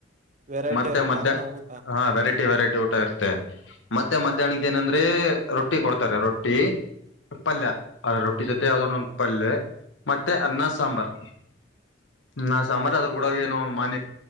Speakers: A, on the right; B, on the left.
A: ವೆರೈಟಿ
B: ಮತ್ತೆ
A: ಇರುತ್ತಾ
B: ಮಧ್ಯ
A: ಅಣ್ಣ ಊಟ
B: ಹಾ ವೆರೈಟಿ ವೆರೈಟಿ ಊಟ ಇರುತ್ತೆ ಮತ್ತೆ ಮಧ್ಯಾಹ್ನಕ್ಕೆ
A: ಹೌದಾ
B: ಏನಂದ್ರೆ ರೊಟ್ಟಿ ಕೊಡ್ತಾರೆ ರೊಟ್ಟಿ ಪಲ್ಯ ಅದ ರೊಟ್ಟಿ ಜೊತೆ ಯಾವ್ದ್ರ ಒಂದು್ ಪಲ್ಯ ಮತ್ತೆ ಅನ್ನ ಸಾಂಬಾರ್ ನ ಸಮರ್
A: ಹ್ಮ್,
B: ಅ ಆದ್ರ
A: ಇಷ್ಟೆಲ್ಲ
B: ಕೂಡಗ ಏನು ಮನೆ